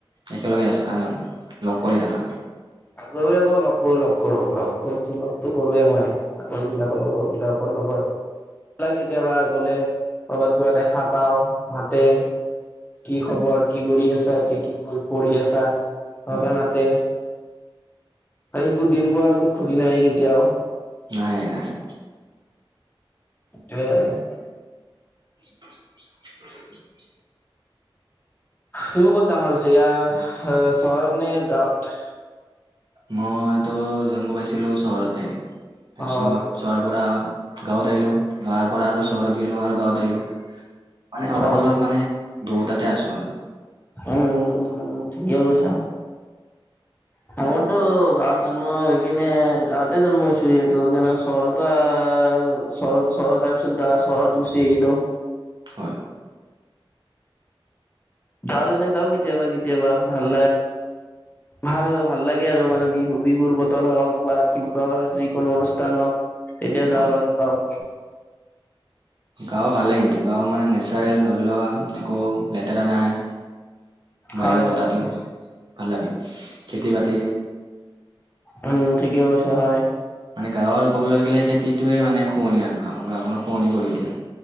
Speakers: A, on the right; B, on the left.
A: একেলগে আছ লগ কৰি ৰাখা।
B: আগৰ ক লগ কৰো লগ কৰো লগ কৰোো লগতো কৰোৱেই মই। আ বিলাকৰ লগৰ বিলাকৰ লগত। কেতিয়াবা গ'লে কৰ'ৰবাত কিবা দেখা পাও, মাতে। কি খবৰ? কি কৰি আছা? এতিয়া কি কৰি পঢ়ি আছা সেনেকে
A: হয়
B: মাতে। এইবোৰ দিনবোৰ আৰুতো ঘূৰি নাহে কেতিয়াও।
A: নাহে, নাহে।
B: <unintelligible>
A: <inaudible>
B: তুমি ক'ত ডাঙৰ হৈছে ইয়া চহৰত নে গাঁৱত?
A: মইতো জন্ম পাইছিলো চহৰতে তাপিছত
B: অ
A: চহৰৰ পৰা গাঁৱত আহলো গাঁৱৰ পৰা আৰু চহৰত গলো আৰু গাঁৱত আহইিলো মানে অলপ
B: অ
A: অলপ মানে দুটাতে আছো মানে।
B: উম, উম, ঠিকে কৈছা। মোৰতো গাঁৱত জন্ম হৈ কিনে গাঁৱত তাতে জন্ম হৈছো যিহেতো কিন্ত চহৰতো আহ চহৰত চহৰত তাৰ পিছত গা চহৰত গুচি আহিলো।
A: হয়।
B: গাঁৱত এনে যাওঁ কেতিয়াবা কেতিয়াবা ভাল ভাল ভাল লাগে আৰু মানে বিহু বিহুৰ বতৰ হওক বা কিবাৰ যিকোনো অনুষ্ঠান হওঁক। তেতিয়া
A: হয়
B: যাওঁ আৰু গাঁৱত।
A: গাঁও ভালে, কিন্তু গাওঁ নেচাৰেল ধৰি লোৱা লেতেৰা নাই, বায়ু
B: হয়
A: বতাহটো
B: হয় হয়
A: ভাললাগে খেতি বাতি
B: উম, ঠিকে কৈছা হয়।
A: মানে গাঁৱৰ ক'বলৈ গ'লে খেতিটোৱে মানে শুৱনি আৰু গাঁও-গাঁওখন শুৱনি কৰি তোলে।